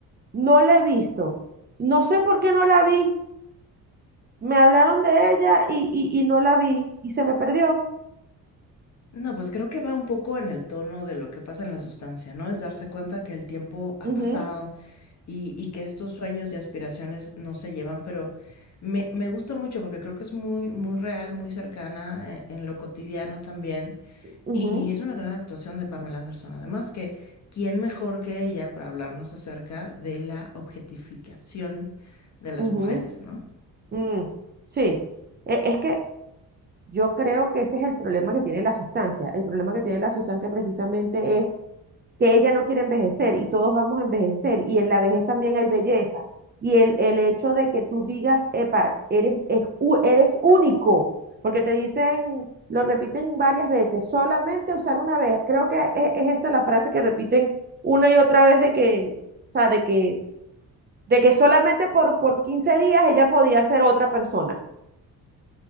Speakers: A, on the right; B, on the left.
A: No la he visto. No sé por qué no la vi. Me hablaron de ella y, y, y no la vi y se me perdió.
B: No, pues creo que va un poco en el tono de lo que pasa en la sustancia, ¿no? Es darse cuenta que el tiempo ha
A: Ujú.
B: pasado y, y que estos sueños y aspiraciones no se llevan, pero me, me gusta mucho porque creo que es muy, muy real, muy cercana en, en lo cotidiano también.
A: Ujú,
B: Y es una gran actuación de Pamela Anderson. Además, que quién mejor que ella para hablarnos acerca de la objetificación de las
A: ujú,
B: mujeres, ¿no?
A: mm, Sí, E- es que yo creo que ese es el problema que tiene la sustancia. El problema que tiene la sustancia precisamente es que ella no quiere envejecer y todos vamos a envejecer y en la vejez también hay belleza. Y el, el hecho de que tú digas, epa, eres, es u- eres único, porque te dicen, lo repiten varias veces, solamente usar una vez. Creo que es, es esa la frase que repiten una y otra vez de que, o sea, de que de que solamente por, por 15 días ella podía ser otra persona